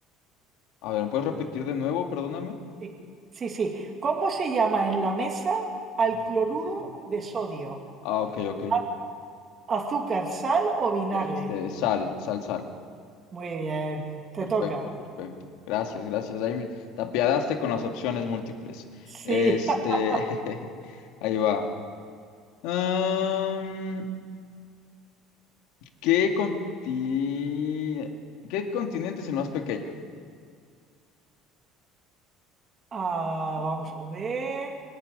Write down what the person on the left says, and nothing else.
A ver, ¿me puedes repetir de nuevo? Perdóname.
No,
no sé.
Ah, ok, ok.
Este, sal, sal, sal.
Perfecto,
perfecto. Gracias, gracias. Ahí me- te apiadaste con las opciones múltiples.
Este,
<laughs> ahí va. Am, ¿qué conti- ¿Qué continente es el más pequeño?